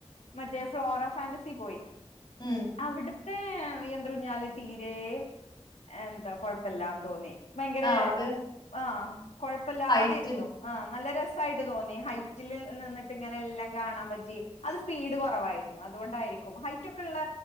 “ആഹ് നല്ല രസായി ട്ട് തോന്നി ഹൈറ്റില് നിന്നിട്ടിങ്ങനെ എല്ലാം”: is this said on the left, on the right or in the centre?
Left